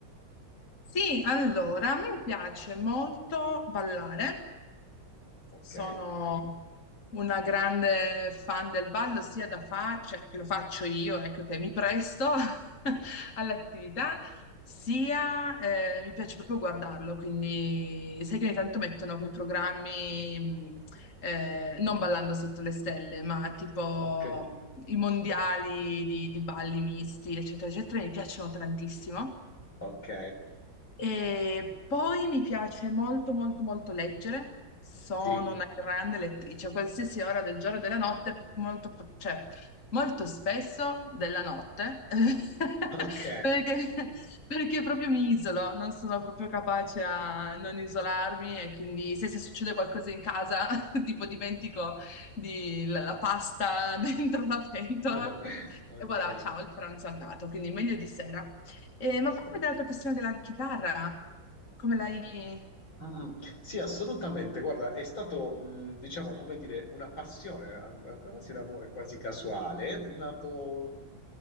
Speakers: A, on the left; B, on the left.
A: Sì, allora, a me piace molto ballare,
B: Ok,
A: sono una grande fan del ballo, sia da fa- cioè, che lo faccio io, ecco che mi presto <laughs> all'attività, sia eh, mi piace proprio guardarlo, quindi sai che ogni tanto mettono quei programmi, mh, eh, non ballando sotto le stelle, ma tipo
B: ok,
A: mh, i mondiali di, di balli misti, eccetera, eccetera, mi piacciono tantissimo.
B: ok,
A: E poi mi piace molto, molto, molto leggere. Sono
B: sì,
A: una grande lettrice, a qualsiasi ora del giorno e della notte, molto, po- cioè, molto spesso della notte, <laughs>
B: ok,
A: perché, perché proprio mi isolo, non sono proprio capace a non isolarmi e quindi se, se succede qualcosa in casa, <laughs> tipo dimentico di- la, la pasta <laughs> dentro la pentola,
B: <laughs> ok,
A: e voilà, ciao, il pranzo è andato, quindi meglio di sera. Eh, ma
B: sì.
A: parlami della tua passione della chitarra, come l'hai...
B: Mm, mm. Sì, assolutamente. Guarda, è stato, mm, diciamo, come dire, una passione, am- quasi un amore quasi casuale, nato... mm,